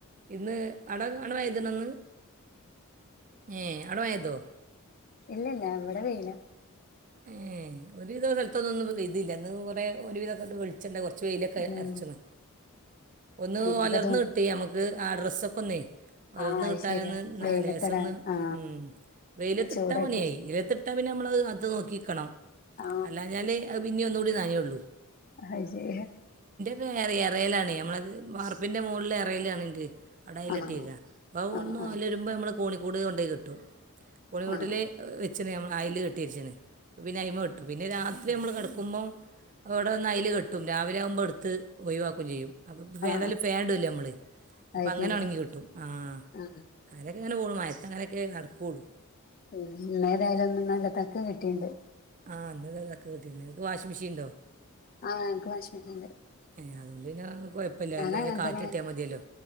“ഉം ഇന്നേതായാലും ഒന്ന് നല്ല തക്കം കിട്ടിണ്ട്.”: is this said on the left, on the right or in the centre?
Left